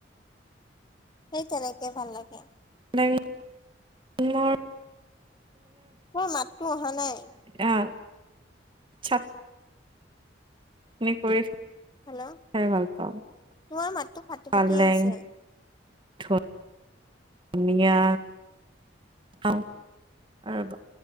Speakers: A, on the left; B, on the right.
A: সেই তেনেকে ভাল লাগে
B: <unintelligible>
A: মো মাততো অহা নাই
B: অ ছাত। <unintelligible> কৰি
A: হেল্ল'
B: খাই ভাল পাওঁ
A: তোমাৰ মাততো ফাটি ফাটি
B: পালেং
A: আহিছে
B: <unintelligible> ধুনীয়া খাওঁ আৰু